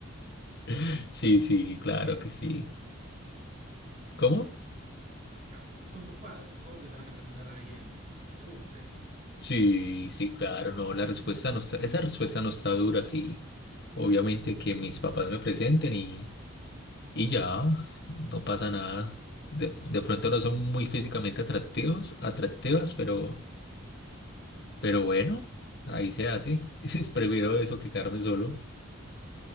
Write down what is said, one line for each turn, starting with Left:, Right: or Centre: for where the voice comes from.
Left: <laughs> Sí, sí, claro
Right: ¿Por qué?
Left: que sí. ¿Cómo?
Right: Ja, son tus padres, supongo que te van a presentar a alguien que te guste.
Left: Sí, sí, claro, no, la respuesta no está, esa respuesta no está dura, sí. Obviamente que mis papás me presenten y, y ya, no pasa nada. De, de pronto no son muy físicamente atractivos, atractivas, pero Pero bueno, ahí se hace. <laughs> Prefiero eso que quedarme solo.